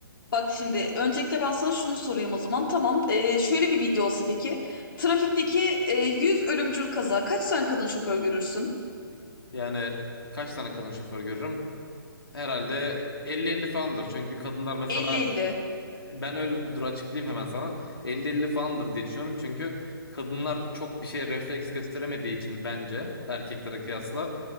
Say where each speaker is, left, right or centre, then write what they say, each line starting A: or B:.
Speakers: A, on the left; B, on the left.
A: Bak şimdi öncelikle ben sana şunu sorayım o zaman. Tamam. Ee, şöyle bir video olsa peki. Trafikteki e, 100 ölümcül kaza. Kaç tane kadın şoför görürsün?
B: Yani kaç tane kadın şoför görürüm? Herhalde elli elli falandır. Çünkü kadınlar mesela
A: Elli Elli
B: ben öyle dur açıklayayım hemen sana. 50-50 falandır diye düşünüyorum çünkü kadınlar çok bir şeye refleks gösteremediği için bence erkeklere kıyasla